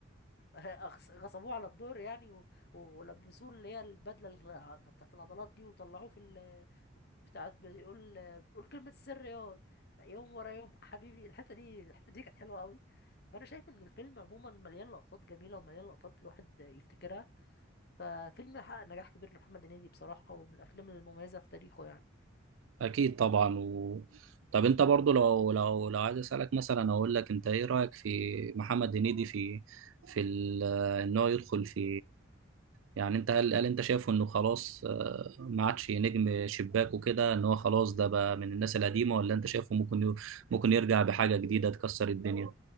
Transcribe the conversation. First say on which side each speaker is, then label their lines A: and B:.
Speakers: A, on the left; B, on the right.
A: أغص- غصبوه على الدور يعني و- و- ولبسوه اللي هي البدله ال- بتاعت العضلات دي وطلعوه في ال بتاعت بيقول بيقول كلمه السر ياض يوم ورا يوم <laughs> حبيبي الحته دي الحته دي كانت حلوه قوي فانا شايف ان الفيلم عموما مليان لقطات جميله ومليان لقطات الواحد يفتكرها ففيلم حقق نجاح كبير لمحمد هنيدي بصراحه ومن الافلام المميزه في تاريخه يعني
B: أكيد طبعا و... طب أنت برضو لو لو لو عايز أسألك مثلا أقول لك أنت إيه رأيك في محمد هنيدي في في ال... إن هو يدخل في يعني أنت هل, هل أنت شايفه إنه خلاص آه، ما عادش نجم شباك وكده إن هو خلاص ده بقى من الناس القديمة ولا أنت شايفه ممكن ي... ممكن يرجع بحاجة جديدة تكسر الدنيا؟